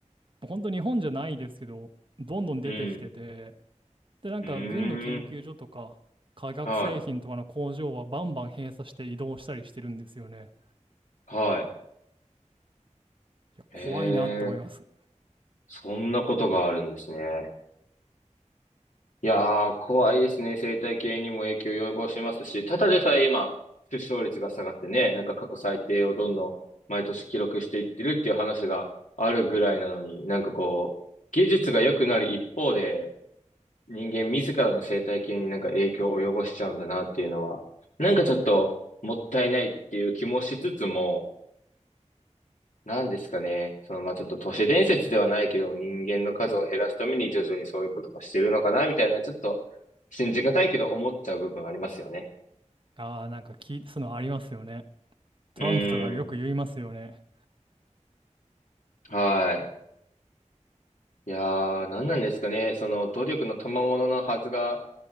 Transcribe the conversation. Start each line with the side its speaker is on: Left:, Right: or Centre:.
Right: 本当日本じゃないですけどどんどん出てきてて
Left: うん。
Right: で、なんか軍の研究所とか化学製品とかの工場はバンバン閉鎖して移動したりしてるんですよね。
Left: うーん。はい。はい。
Right: いや、
Left: へえ、
Right: 怖いなって思います。
Left: そんなことがあるんですね。いやー、怖いですね。生態系にも影響を及ぼしますし、ただでさえ今、出生率が下がってね、なんか過去最低をどんどん毎年記録していってるっていう話があるぐらいなのに、なんかこう、技術が良くなる一方で、人間自らの生態系になんか影響を及ぼしちゃうんだなっていうのは、なんかちょっともったいないっていう気もしつつも、なんですかね。その、まあ、ちょっと都市伝説ではないけど、人間の数を減らすために徐々にそういうこともしてるのかな、みたいな、ちょっと信じがたいけど思っちゃう部分ありますよね。
Right: ああ、なんか聞い、そういうのありますよね。トランプとかよく言いますよね。
Left: うーん。はい。いやー、なんなんですかね。その、努力の賜物のはずが、